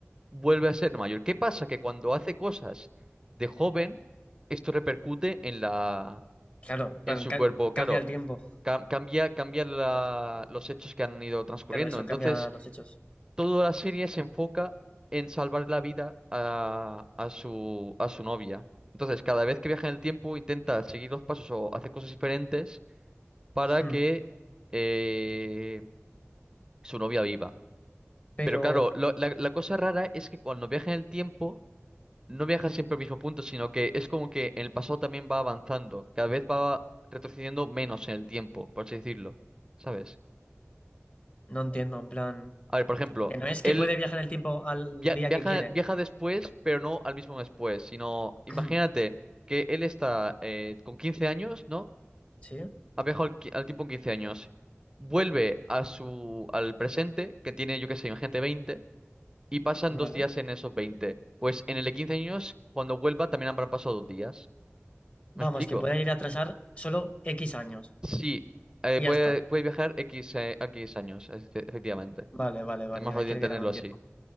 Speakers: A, on the right; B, on the left.
A: vuelve a ser mayor. ¿Qué pasa? Que cuando hace cosas de joven, esto repercute en la,
B: Claro, en plan,
A: en su
B: ca-
A: cuerpo. Claro,
B: cambia el tiempo.
A: cam- cambia, cambia la- los hechos que han ido transcurriendo.
B: Claro, eso,
A: Entonces,
B: cambia los hechos.
A: toda la serie se enfoca en salvar la vida a, a su, a su novia. Entonces, cada vez que viaja en el tiempo, intenta seguir los pasos o hacer cosas diferentes para
B: Hmm.
A: que eh, su novia viva.
B: Pero
A: Pero claro, lo- la, la cosa rara es que cuando viaja en el tiempo, no viaja siempre al mismo punto, sino que es como que en el pasado también va avanzando. Cada vez va retrocediendo menos en el tiempo, por así decirlo. ¿Sabes?
B: no entiendo, en plan,
A: A ver, por ejemplo.
B: que no es
A: él
B: que puede viajar en el tiempo al
A: via-
B: día
A: viaja,
B: que quiere.
A: viaja después, pero no al mismo después, sino imagínate
B: <clears throat>
A: que él está eh, con 15 años, ¿no?
B: ¿Sí?
A: Ha viajado al, qui- al tiempo en 15 años. Vuelve a su, al presente, que tiene, yo qué sé, imagínate 20 y pasan
B: Vale.
A: dos días en esos veinte Pues en el de 15 años, cuando vuelva, también habrán pasado dos días. ¿Me
B: Vamos,
A: explico?
B: que puede ir a atrasar solo X años.
A: Sí, eh,
B: Y
A: puede,
B: ya está.
A: puede viajar X, eh, X años, efe- efectivamente.
B: Vale, vale, vale,
A: Es más
B: ya
A: fácil
B: creo
A: entenderlo
B: que ya lo entiendo.
A: así.